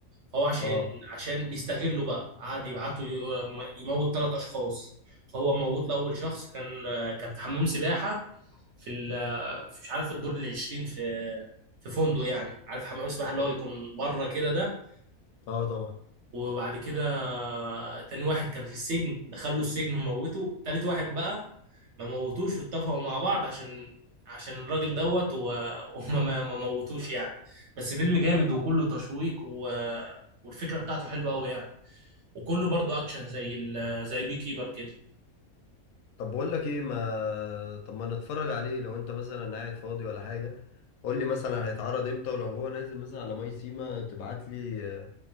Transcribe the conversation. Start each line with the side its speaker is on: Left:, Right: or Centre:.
Right: فهو عشان
Left: اه
Right: عشان بيستغلوا بقى قعد يبعتوا ي- يموت ثلاث اشخاص فهو موت له اول شخص كان كان في حمام سباحه في ال- في- مش عارف الدور العشرين في في فندق يعني عارف حمام السباحه اللي هو يكون بره كده ده
Left: اه طبعا
Right: وبعد كده تاني واحد كان في السجن دخله السجن وموته تالت واحد بقى ما موتوش واتفقوا مع بعض عشان عشان الراجل دوت و- <laughs> وما ما ما موتوش يعني بس فيلم جامد وكله تشويق و... والفكرة بتاعته حلوة قوي يعني وكله برضو اكشن زي ال... زي بي كيبر كده
Left: طب بقول لك ايه ما طب ما نتفرج عليه لو انت مثلا قاعد فاضي ولا حاجه قول لي مثلا هيتعرض امتى ولو هو نازل مثلا على ماي سيما تبعت لي